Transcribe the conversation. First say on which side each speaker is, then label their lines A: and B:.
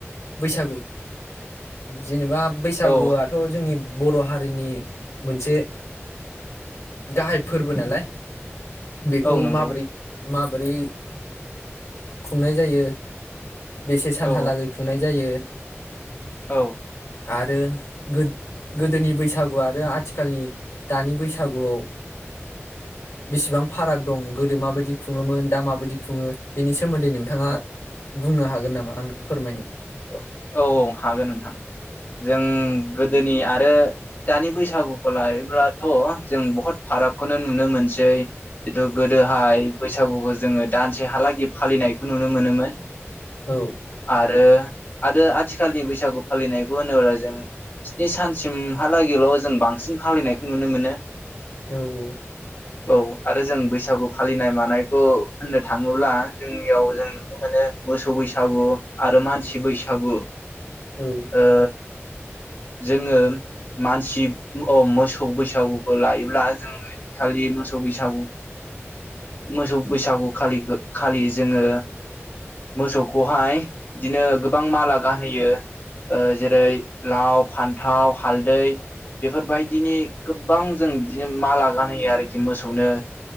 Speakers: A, on the left; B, on the left.
A: बैसागु। जेनेबा बैसागुआथ
B: औ
A: जोंनि बर' हारिनि मोनसे गाहाय फोरबो नालाय। बेखौ
B: औ नंगौ
A: माबोरै माबोरै खुंनाय जायो बेसे सानहालागै
B: औ
A: खुंनाय जायो
B: औ।
A: आरो गोद-गोदोनि बैसागु आरो आथिखालनि दानि बैसागुआव बेसेबां फाराग दं गोदो माबायदि खुङोमोन दा माबायदि खुङो बेनि सोमोन्दै नोंथाङा
B: औ
A: बुंनो हागोन नामा आंनो फोरमायनो?
B: औ औ हागोन नोंथां जों गोदोनि आरो दानि बैसागुखौ लायोब्लाथ' जों बहुद फारागखौनो नुनो मोनसै जिथु गोदोहाय बैसागुखौ जोङो दानसे हालागै फालिनायखौ नुनो मोनोमोन।
A: औ
B: आरो आरो आथिखालनि बैसागु फालिनायखौ होनोब्ला जों स्नि सानसिमहालागैल' जों बांसिन फालिनायखौ नुनो मोनो।
A: औ औ।
B: औ आरो जों बैसागु फालिनाय मानायखौ होननो थाङोब्ला जोंनियाव जों नुनो मोनो मोसौ बैसागु आरो मान सि बैसागु।
A: औ।
B: ओ जोङो मानसि अ मोसौ बैसागुखौ लायोब्ला जोङो खालि मोसौ बैसागु मोसौ बैसागु खालि खालि जोङो मोसौखौहाय बिदिनो गोबां माला गानहोयो जेरै लाव फान्थाव हालदै बेफोरबायदिनि गोबां जों बिदिनो मा लागान होयो आरोखि मोसौनो।